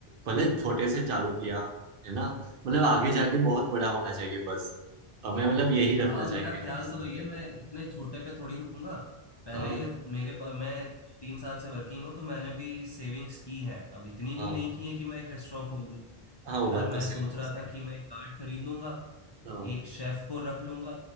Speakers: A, on the right; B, on the left.
A: भले छोटे से चालू किया है ना मतलब आगे जाके बहुत बड़ा होना चाहिए बस हमें मतलब यही रखना
B: हाँ
A: चाहिए
B: मेरा ख्याल
A: बिजनेस
B: तो वही है
A: में
B: मैं
A: तो
B: इतने छोटे पे थोड़ी रुकूंगा पहले
A: हाँ
B: मेरे पा, मैं तीन साल से वर्किंग हूँ तो मैंने भी सेविंग्स की है अब इतनी
A: हाँ
B: भी नहीं की है कि मैं एक रेस्टोरेंट खोल लूँ
A: हाँ
B: तो
A: वो
B: यार
A: बात
B: मैं
A: तो सही
B: सोच
A: है
B: रहा
A: सही
B: था
A: है।
B: कि मैं एक कार्ट खरीद लूंगा
A: हाँ
B: एक शेफ को रख लूंगा